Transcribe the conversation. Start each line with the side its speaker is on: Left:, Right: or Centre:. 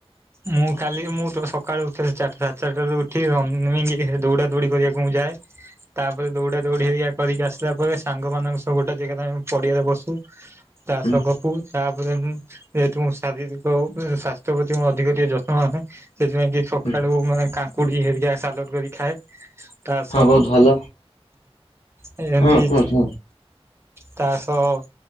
Right: ମୁଁ କାଲି ମୁଁ ସକାଳୁ ଉଠ ଚିଟା ସାତ ଚାରିଟାରୁ ଉଠି ର ଦୌଡ଼ା ଦୌଡ଼ି କରିବାକୁ ମୁଁ ଯାଏ। ତାପରେ ଦୌଡିଆ ଦୌଡି ହେ କରିକି ଆସିଲା ପରେ, ସାଙ୍ଗମାନାନଙ୍କ ସବ ଗୋଟେ ଜାଗାରେମେ ପଡିଆରେ ବସୁ। ଚାଷ
Left: ହୁଁ
Right: କଫୁ ତାପରେ ମୁଁ ଶାରୀରିକ ସଵାସ୍ଥ୍ୟ ପ୍ରତି ମୁଁ ଅଧିକ ଟିକେ ଯତ୍ନ ନଏ। ସେଥିାଇଁ କି ସକାଳୁ
Left: ହୁଁ
Right: କୁଡି ହେରିକା, ସାଲଡ କରି ଖାଏ। ତା ସହ
Left: ହଁ ବହୁତ ଭଲ
Right: ଏମିତି
Left: ହଁ କୁହନ୍ତୁ
Right: ତା ସହ